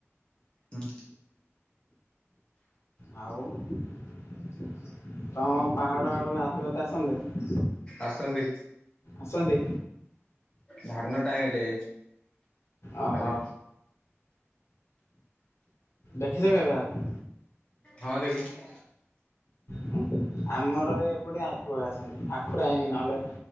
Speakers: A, on the left; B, on the left.
A: ହୁଁ
B: ଆଉ ତମ ପାହାଡ ଆଡକୁ ହାତୀ ଫାତି ଆସନ୍ତିନି?
A: ଆସନ୍ତି।
B: ଆସନ୍ତି?
A: ଧାନ ଟାଇମ୍ ରେ।
B: ଓହୋ
A: ଚାଲେ
B: ଦେଖିଚ କେବେ ହାତୀ?
A: ହଁ ଦେଖିଚି।
B: ହୁଁ ହୁଁ ଆମର ଏପଟେ ହାତୀ ପଳେଇ ଆସନ୍ତି ଆଖୁ ଟାଇମ୍ ନହେଲେ